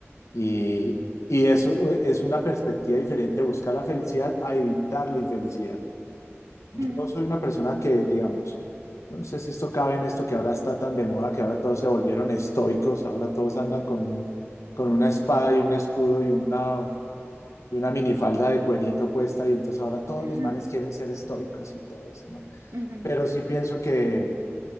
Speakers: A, on the left; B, on the right.
A: Y, y eso es una perspectiva diferente, buscar la felicidad a evitar la infelicidad. Yo
B: Ujú,
A: soy una persona que, digamos, yo no sé si esto cabe en esto que ahora está tan de moda, que ahora todos se volvieron estoicos, ahora todos andan con un, con una espada y un escudo y una, y una minifalda de cuerito puesta, y entonces ahora todos
B: ujú.
A: los manes quieren ser estoicos y todo eso, ¿no?
B: ujú.
A: Pero sí pienso que,